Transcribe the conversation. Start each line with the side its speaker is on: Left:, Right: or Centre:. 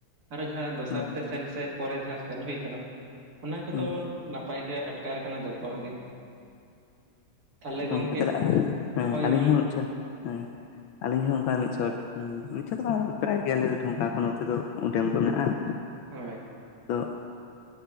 Right: ᱟᱨᱚ ᱡᱟᱦᱟᱸ ᱫᱚᱥᱟᱨ
Left: ᱦᱩᱸ
Right: ᱛᱮ ᱥᱮᱱ ᱥᱮ ᱯᱚᱨᱮ ᱡᱟᱦᱟᱸ ᱥᱮᱱ ᱦᱩᱭ ᱠᱟᱱᱟ᱾ ᱚᱱᱟ ᱠᱚᱫᱚ
Left: ᱦᱩᱸ
Right: ᱱᱟᱯᱟᱭ ᱜᱮ ᱟᱴᱠᱟᱨ ᱟᱠᱟᱱᱟ ᱡᱚᱛᱚᱣᱟᱜ ᱜᱮ᱾ ᱛᱟᱦᱚᱞᱮ
Left: ᱜᱚᱝᱠᱮ
Right: ᱜᱚᱢᱠᱮ
Left: ᱛᱟᱦᱞᱮ, ᱦᱮ,
Right: ᱦᱳᱭ
Left: ᱸ ᱟᱹᱞᱤᱧ
Right: ᱢᱟ
Left: ᱦᱚᱸ ᱟᱪᱪᱷᱟ, ᱦᱮᱸ᱾ ᱟᱞᱤᱧ ᱦᱚᱸ ᱚᱝᱠᱟ ᱢᱤᱫ ᱪᱷᱚᱴ, ᱢᱤᱫ ᱪᱷᱚᱴ ᱫᱚ ᱵᱟᱝᱟ ᱯᱨᱟᱭ ᱜᱮ ᱟᱞᱮ ᱫᱚ ᱰᱷᱚᱸᱜᱟ ᱠᱚ ᱱᱚᱛᱮ ᱫᱚ ᱰᱮᱢ ᱠᱚ ᱢᱮᱱᱟᱜᱼᱟ᱾
Right: ᱦᱳᱭ᱾
Left: ᱛᱚ